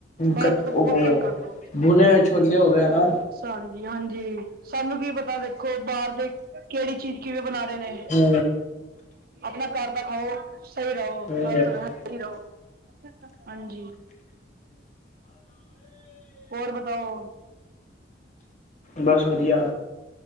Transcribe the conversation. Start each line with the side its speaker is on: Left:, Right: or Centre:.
Right: ਬਾਹਰ
Left: ਕੱਟ
Right: ਤੇ ਤਾਂ
Left: ਉਹ
Right: ਬਹੁਤ ਘੱਟ ਕਰਦੋ
Left: ਭੁਨੇ ਹੋਏ ਛੋਲੇ ਹੋ ਗਏ ਹੈ ਨਾ
Right: ।ਸ ਹਾਂਜੀ। ਸਾਨੂੰ ਕੀ ਪਤਾ ਦੇਖੋ ਬਾਹਰ ਦੇ ਕਿਹੜੀ ਚੀਜ਼ ਕਿਵੇਂ ਬਣਾ। ਰਹੇ ਨੇ
Left: ਹੂ
Right: ਆਪਣਾ ਘਰ ਦਾ ਖਾਓ। ਸਹੀ ਰਹੋ
Left: ਹੂੰ
Right: ਹਰ ਤਰ੍ਹਾਂ ਸਹੀ ਰਹੋ। ਹਾਂਜੀ ਓਰ ਬਤਾਓ।
Left: ਬਸ ਵਧੀਆ